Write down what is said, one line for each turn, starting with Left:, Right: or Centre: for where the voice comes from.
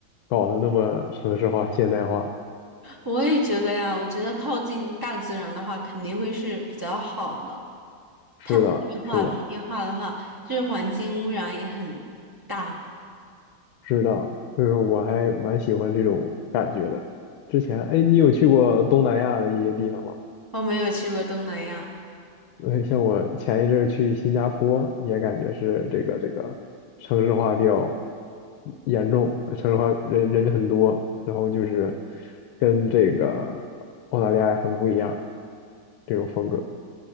Left: 搞得那么城市化、现代化。
Right: 我也觉得呀，我觉得靠近大自然的话，肯定会是比较好的。
Left: 是的，
Right: 太工业化、
Left: 是的。
Right: 人业化的话，这环境污染也很大。
Left: 知道，就是我还蛮喜欢这种感觉的。之前，哎，你有去过东南亚的一些地方吗？
Right: 我没有去过东南亚。
Left: 呃，像我前一阵儿去新加坡，也感觉是这个这个城市化比较严重，呃城市化人人很多，然后就是跟这个澳大利亚很不一样这种风格。